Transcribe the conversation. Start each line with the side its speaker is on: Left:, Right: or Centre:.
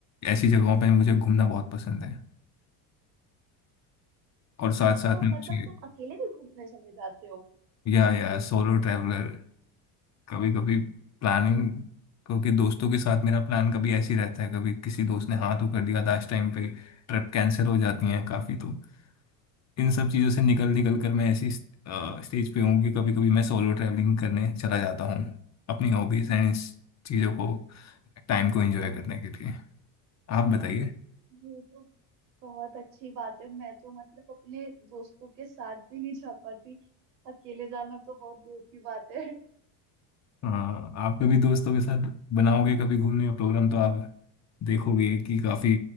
Left: ऐसी जगहों पे मुझे घूमना बहुत पसंद है और साथ साथ
Right: तो
Left: में मुझे
Right: मतलब तुम अकेले भी घूमने चले जाते हो
Left: या या सोलो ट्रैवलर कभी कभी प्लानिंग क्योंकि दोस्तों के साथ मेरा प्लान कभी ऐसे ही रहता है कभी किसी दोस्त ने हाँ तो कर दिया लास्ट टाइम पे ट्रिप कैंसिल हो जाती है काफ़ी तो इन सब चीज़ों से निकल निकल कर मैं ऐसी स्टेज पे हूँ कि कभी कभी मैं सोलो ट्रैवलिंग करने चला जाता हूँ अपनी हॉबीज एंड इस चीज़ों को टाइम को एंजॉय करने के लिए आप बताइए
Right: ये तो बहुत अच्छी बात है मैं तो मतलब अपने दोस्तों के साथ भी नहीं जा पाती अकेले जाना तो बहुत दूर की बात है
Left: हाँ आप कभी दोस्तों के साथ बनाओगे कभी घूमने का प्रोग्राम तो आप देखोगे कि काफ़ी